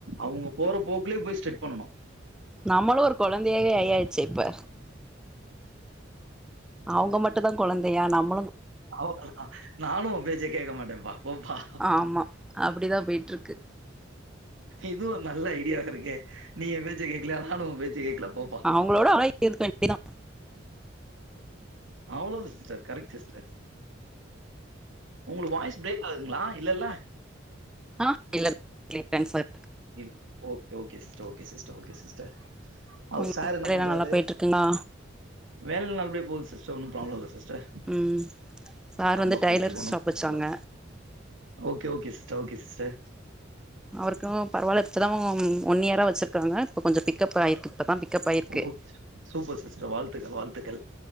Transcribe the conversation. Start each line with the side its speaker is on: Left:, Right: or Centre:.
Right: அவுங்க போற போக்லயே போய் ஸ்ட்ரீட் பண்ணனு
Centre: நம்மளு ஒரு கொழந்தையாவே ஐயாச்சு இப்ப அவுங்க மட்டும் தா கொழந்தையா நம்
Right: ஆ நானு ஒ பேச்ச கேட்க மாட்டேன்பா போ பா
Centre: ஆமா அப்டிதா போய்ட்டு இருக்கு
Right: இதுவு ஒரு நல்ல ஐடியாவே இருக்கே நீ எ பேச்ச கேக்கல நானு ஒ பேச்ச கேக்கல போ
Centre: அவுங்களோட அழகி <inaudible> இருக்க வேண்டியதா
Right: அவ்ளோ சிஸ்டர் கரெக்ட் சிஸ்டர் உங்ளுக்கு வாய்ஸ் பிரேக் ஆகுதுங்ளா இல்ல ல
Centre: அ இல்ல கேக்லிங் சார்
Right: இ ஒக் okay sister okay sister okay sister அவர்
Centre: உங்க
Right: சார் என்ன
Centre: வேலையெல்லா
Right: பண்றாரு
Centre: நல்லா போயிட்ருக்குங்களா
Right: வேல நல்லபடியா போகுது சிஸ்டர் ஒன்னு ப்ராப்ள இல்ல சிஸ்டர்
Centre: ம் சார்
Right: ஆமாபோய்ட்ருக்கோ
Centre: வந்து டைலர்
Right: நம்ம
Centre: ஷாப் வச்சாங்க
Right: நல்லா okay okay sister okay sister
Centre: அவருக்கு பரவால இப்ப த ஒன்இயரா வச்சிருக்காங்க இப்போ கொஞ்ச பிக்கப் ஆயிருக்கு இப்பதா பிக்கப் ஆயிருக்கு
Right: ஓகே சூப்பர் சிஸ்டர் வாழ்த்துக்கள் வாழ்த்துக்கள்